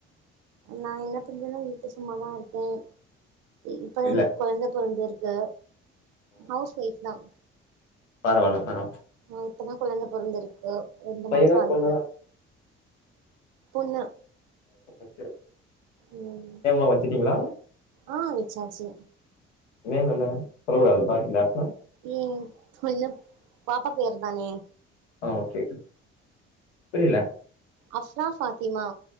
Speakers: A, on the right (about 60°); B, on the left (about 85°).
A: நா என்ன பண்றேன்னா வீட்ல சும்மாதான் இருக்கேன் இப்பதான்
B: இல்ல
A: எனக்கு கொழந்தை பொறந்துருக் நா ஹவுஸ் ஒய்ஃப் தான்
B: பரவால பரவால
A: இப்போ தா கொழந்த பொறந்து இருக்கு ரெண்டு
B: பையனா
A: மாசம் ஆகுத
B: பொண்ணா
A: பொண்ணு
B: <unintelligible>
A: ம்
B: நேம்லா வச்சிட்டீங்களா
A: ஆ விச்சாச்சி
B: நேம் என்ன சொல்ல கூடாதுன்னு பாக்குறீங்களா இப்ப
A: ம் சொல்ல பாப்பா பேருதானே
B: ஆ ஓகே புரில
A: அஃப்ரா ஃபாத்திமா